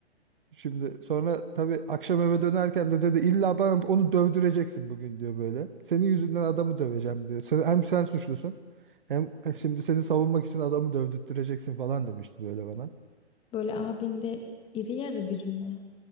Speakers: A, on the right; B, on the left.
A: Şimdi sonra tabii akşam eve dönerken de dedi illa bana onu dövdüreceksin bugün diyor böyle. Senin yüzünden adamı döveceğim diyor. Sen, hem sen suçlusun hem şimdi seni savunmak için adamı dövdürteceksin falan demişti böyle bana.
B: böyle abinde iri yarı biri mi?